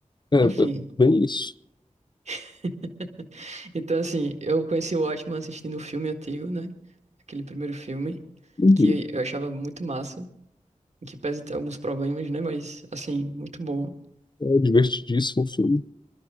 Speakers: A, on the left; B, on the right.
A: É,
B: Enfim.
A: b- bem isso.
B: <laughs> Então, assim, eu conheci o Watchmen assistindo o filme antigo, né? Aquele primeiro filme,
A: Uhum.
B: que eu achava muito massa, que pese ter alguns problemas, né? Mas, assim, muito bom.
A: É divertidíssimo o filme.